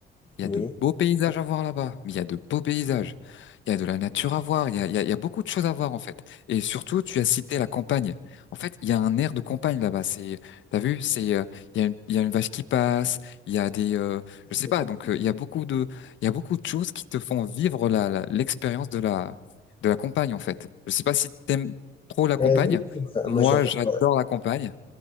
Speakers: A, on the left; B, on the left.
A: Il y
B: oui.
A: a de beaux paysages à voir là-bas, mais il y a de beaux paysages. Il y a de la nature à voir, il y a, il y a- il y a beaucoup de choses à voir en fait. Et surtout, tu as cité la campagne. En fait, il y a un air de campagne là-bas. C'est, t'as vu, c'est, euh, il y a une, il y a une vache qui passe, il y a des, euh, je sais
B: Effectivement.
A: pas. Donc, euh, il y a beaucoup de, il y a beaucoup de choses qui te font vivre la, la- l'expérience de la, de la campagne en fait. Je sais pas si t'aimes trop la campagne.
B: Euh, oui, oui, moi,
A: Moi,
B: moi, j'adore.
A: j'adore
B: Euh,
A: la campagne.